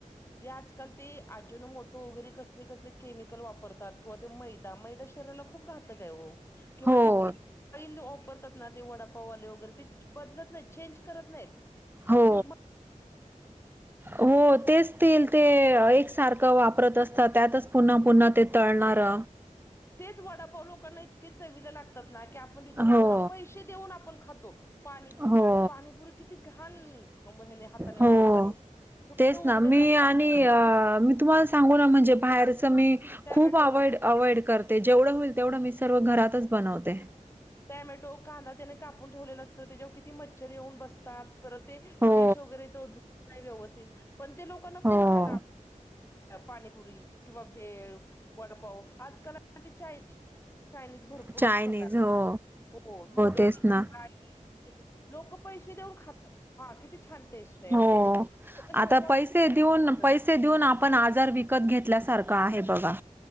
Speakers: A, on the left; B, on the right.
A: जे आजकाल ते आजून मोठं वगैरे कसले कसले केमिकल वापरतात किंवा ते मैदा मैदा शरीराला खूप घातक आहे किंवा
B: हो.
A: जे आईल वापरतात ना ते वडापावाले वगैरे ते बदलत नाहीत चेंज करत नाहीत.
B: हो.
A: ते
B: हो तेच ते ते एक सारखं वापरत असतं. त्यातच पुन्हा पुन्हा ते तळणार
A: तेच वडापाव लोकांना इतके चवीला लागतात ना की आपण तिथे उभं
B: हो.
A: राहा पैसे देऊन आपण खातो. पाणीपुरी
B: हो.
A: तो पाणीपुरी किती घाण ह्याने हाताने वगैरे
B: हो.
A: बनवतो. कुठे
B: तेच
A: ते
B: ना
A: उघडेच
B: मी
A: असतात
B: आणि मी तुम्हाला सांगू ना म्हणजे बाहेरच मी
A: टॅमॅटो
B: खूप अवइड अवॉइड करते जेवढं होईल तेवढं मी सर्व घरातच बनवते.
A: टॅमॅटो कांदा त्याने कापून ठेवलेला असतो त्याच्यावर किती मच्छर येऊन बसतात. परत ते
B: हो.
A: डिश वगैरे त व्यवस्थित पण ते लोकांना
B: हो.
A: खूप खायला आवडत पाणीपुरी किंवा भेळ वडापाव आज काल चायनीज चायनीज भरपूर
B: चायनीज
A: प्रकार
B: हो
A: हो नूडल्स
B: तेच ना
A: राईस लोक पैसे देऊन खातात हा किती छान टेस्ट आहे
B: हो
A: वगैरे त्याच्या शरीरावर
B: आता पैसे
A: किती फरक
B: देऊन
A: पडतं
B: पैसे देऊन आपण
A: ते
B: आजार विकत घेतल्यासारखं आहे बघा.